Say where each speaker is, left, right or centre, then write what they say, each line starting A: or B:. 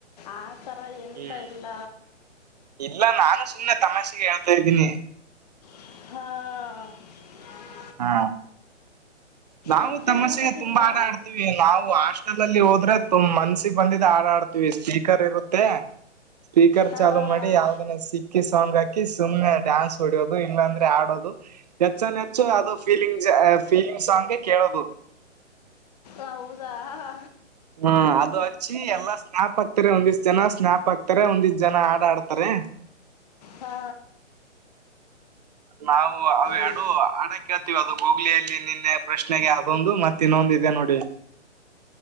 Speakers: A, on the left; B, on the right.
A: ಆ ಥರ ಹೇಳ್ತಾ
B: ಹ್ಮ್
A: ಇಲ್ಲ
B: ಇಲ್ಲ ನಾನು ಸುಮ್ನೆ ತಮ್ಮಾಷೆಗೆ ಹೇಳ್ತಾ ಇದ್ದೀನಿ
A: ಹಾ
B: ಹಾ ನಾವು
A: ಮತ್ತೆ
B: ತಮ್ಮಸೆಗೆ
A: ಊಟ ತಿಂದ್ರಾ
B: ತುಂಬಾ ಆಟ ಆಡ್ತೀವಿ ನಾವು ಹಾಸ್ಟೆಲ್ ಅಲ್ಲಿ ಹೋದ್ರೆ ತು ಮನ್ಸಿಗೆ ಬಂದಿದ ಆಡಾಡ್ ಮಾಡ್ತೀವಿ ಸ್ಪೀಕರ್ ಇರುತ್ತೆ ಸ್ಪೀಕರ್
A: ಹಾಂ
B: ಚಾಲುೂ ಮಾಡಿ ಯಾವ್ದನ್ನ ಸಿಕ್ಕಿ ಸಾೌಂಗ್ ಹಾಕಿ ಸುಮ್ಮ್ನೆ ಡಾನ್ಸ್ ಹೊಡಿಯೋದು ಇಲ್ಲಾಂದ್ರೆ ಆಡೋದು ಹೆಚ್ಚನ್ ಹೆಚ್ಚು ಅದು ಫೀಲಿಂಗ್ಸ್ ಫೀಲಿಂಗ್ ಸಾಂಗೆ ಕೇಳೋದು
A: ಹೌದ ಆ
B: ಹೂ ಅದು ಹಚ್ಚಿ ಎಲ್ಲಾ ಸ್ನೇಪ್ ಹಾಕ್ತಾರೆ ಒಂದಿಷ್ಟ ಜನ ಸ್ನೇಪ್ ಆಕ್ತ ಹತಾರೆ ಒಂದಿ ಜನ ಹಾಡು ಆಡ್ತಾರೆ
A: ಹಾ
B: ನಾವು ಅವ
A: ಇಲ್ಲ
B: ಅಡು ಹಡ ಕೇಳ್ತಿೀವಿ ಅದು ಹೂಗ್ಲಿಯಲ್ಲಿ ನಿನ್ನೆ ಪ್ರಶ್ನೆಗೆ ಅದೊಂದು ಮತ್ತ ಇನ್ನೊಂದು ಇದೆ ನೋಡಿ